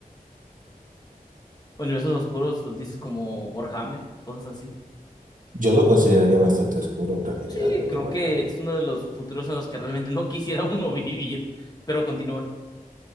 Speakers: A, on the left (about 25°); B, on the right (about 60°).
A: universos oscuros, los dices como Warhammer, cosas así.
B: Yo lo consideraría bastante oscuro en realidad,
A: Sí,
B: el
A: creo
B: de Warhammer.
A: que es uno de los futuros en los que realmente no quisiera uno <laughs> vivir, pero continúa.